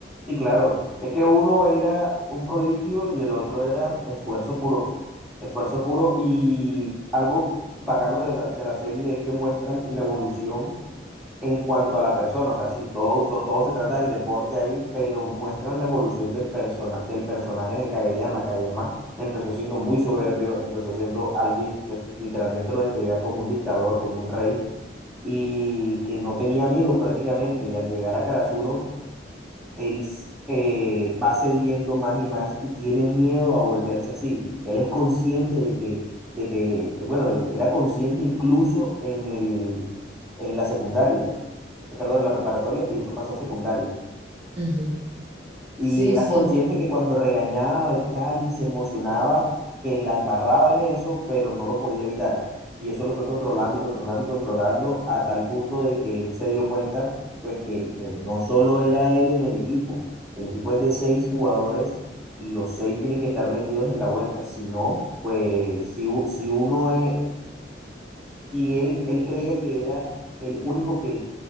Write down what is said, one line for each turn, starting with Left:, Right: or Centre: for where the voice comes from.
Centre: Sí, claro. Es que uno era un prodigio y el otro era esfuerzo puro. Esfuerzo puro y algo bacano de la, de la serie es que muestran la evolución en cuanto a la persona. O sea, sí, todo, so- todo se trata del deporte ahí, pero muestran la evolución del, persona, del personaje de Kageyama. Kageyama empezó siendo muy soberbio, empezó siendo alguien que literalmente lo describían como un dictador, como un rey, y que no tenía amigos prácticamente. Y al llegar a Karasuno él s- eh, va cediendo más y más y tiene miedo a volverse así. Él es consciente de que, de que, eh, bueno, él era consciente incluso en el, en la secundaria, eh, perdón, en la preparatoria y después pasó a secundaria.
Right: Ujú.
Centre: Y
Right: Sí,
Centre: era
Right: sí.
Centre: consciente que cuando regañaba y tal, y se emocionaba, que la embarraba en eso, pero no lo podía evitar. Y eso lo fue controlando y controlando y controlando a tal punto de que él se dio cuenta, pues que eh, no solo era él en el equipo, el equipo es de seis jugadores y los seis tienen que estar metidos en la vuelta. Si no, pues si, u- si uno es, y él, él creía que era el único que